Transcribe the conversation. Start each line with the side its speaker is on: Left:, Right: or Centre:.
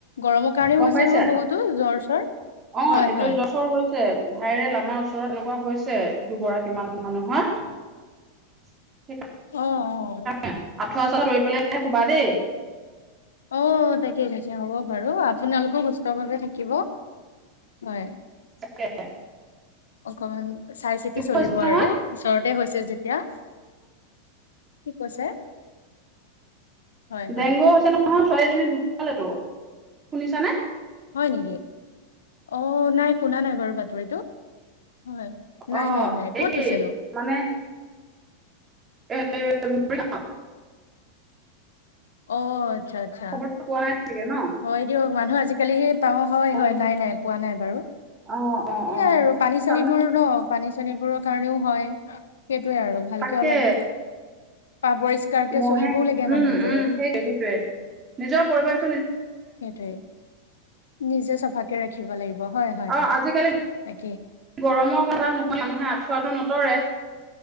Left: গৰমৰ কাৰণেও
Right: গম
Left: হৈছে
Right: পাইছা
Left: নহয় বহুতো জ্বৰ চৰ
Right: অ
Left: হয়
Right: এইটো
Left: হয়
Right: জচৰ হৈ ভাইৰেল আমাৰ ওচৰত এনেকুৱা হৈছে দুগৰাকীমান মানুহৰ- স
Left: অ অ
Right: আঠুৱা চাঠুৱা তৰি পেলাই শুবা দেই-
Left: অ তাকে তাকে হ'ব বাৰু আপোনালোকে সুস্থ ভাৱে থাকিব। হয়
Right: তাকে
Left: অকমান চাই চিতি চলিব
Right: কৈছে নহয়
Left: আৰু ওচৰতে হৈছে যেতিয়া কি কৈছে? হয় হয়
Right: ডেংগু হৈছে নহয় ছোৱালীজনী ডোকালেতো শুনিছানে।
Left: হয় নেকি অ নাই শুনা নাই বাৰু বাতৰিটো হয় নাই
Right: অ
Left: নাই নাই কত
Right: এই
Left: হৈছেনো?
Right: মানে এ
Left: অ আচ্ছা আচ্ছা
Right: খবৰটো পোৱা নাই চাগে ন
Left: হয় দিয়ক মানুহ আজিকালি সে পাওঁ হয়
Right: খবৰটো
Left: হয় নাই নাই পোৱা নাই বাৰু
Right: অ অ
Left: এইয়াই
Right: অ
Left: আৰু পানী চানীবোৰ
Right: তাৰমানে
Left: ন পানী চনীবোৰৰ কাৰণেও হয়- সেইটোৱে আৰু ভালকে
Right: তাকে
Left: অলপ পা পৰিষ্কাৰকে
Right: মহে
Left: চলিবও লাগে
Right: উম
Left: মানুহবোৰে
Right: উম সেইটোৱে সেইটয়ে নিজৰ পৰিৱেশ
Left: সেইটোৱে নিজে চাফাকে ৰাখিব লাগিব হয় হয়
Right: অ
Left: কথাটো
Right: আজিকালি
Left: তাকেই
Right: গৰমৰ কাৰণে নোহোৱে মানুহে আঁঠ থোৱাটো নতৰে